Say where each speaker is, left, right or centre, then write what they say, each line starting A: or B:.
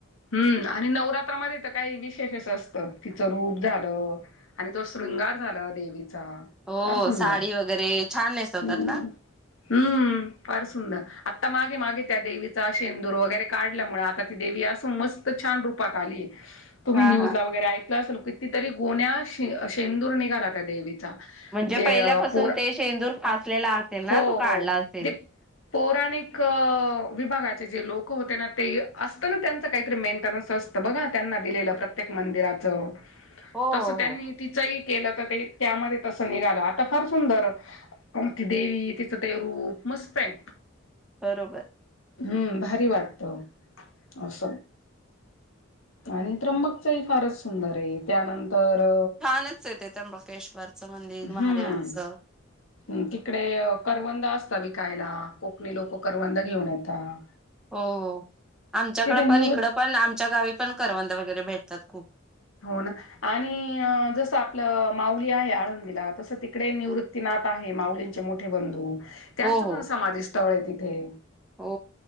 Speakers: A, on the left; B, in the centre.
A: हम्म आणि नवरात्रामध्ये तर काही विशेष अस तिच रूप झाल आणि तो शृंगार झाला देवी ता
B: हो
A: फार सुंदर
B: साडी वगैरे छान नेसवतात
A: हम्म
B: ना
A: हम्म फार सुंदर आता माग मागे त्या देवीचा शेंदूर वगैरे काढल्यामुळे आता ती देवी अस मस्त छान रूपात आलीये. तुम्ही
B: हा
A: न्यूजला
B: हा
A: वगैरे ऐकल असल कितीतरी गोण्या शे शेंदूर निघाला त्या देवीचा
B: म्हणजे
A: जे
B: पहिल्यापासून
A: पोरा
B: ते शेंदूर फासलेला असेल ना
A: हो
B: तो काढला
A: हो
B: असेल.
A: जे पौराणिक विभागा जे लोक होते ना ते असत ना त्या काहीतरी मेंटेनन्स असत बघा त्यांना दिलेला प्रत्येक मंदिराच
B: हो
A: तस
B: हो
A: त्यांनी
B: हो.
A: तिचा ही केल तर ते त्यामध्ये तस निघाल आता फार सुंदर ती देवी तिच ते रूप मस्तय
B: बरोबर
A: हम्म भारी वाटत अस आणि त्र्यंबकचही फारच सुंदर आहे त्यानंतर तर
B: छानच आहे ते त्र्यंबकेश्वरचं मंदिर महादेवांचं
A: हम्म हहम्म तिकडे करवंद असता खायला कोकणी लोक करवंद घेऊन येतात.
B: हो हो आमच्याकड
A: निवृत्त
B: पण इकड पण आमच्या गावी पण करवंद वगैरे भेटतात खूप.
A: हो ना आणि जस आपल माऊली आहे आळंदीला तस तिकडे निवृत्तीनाथ आहे माऊलींचे मोठे बंधू त्यांच
B: हो
A: पण
B: हो
A: समाधीस्थळ आहे ते <inaudible>
B: हो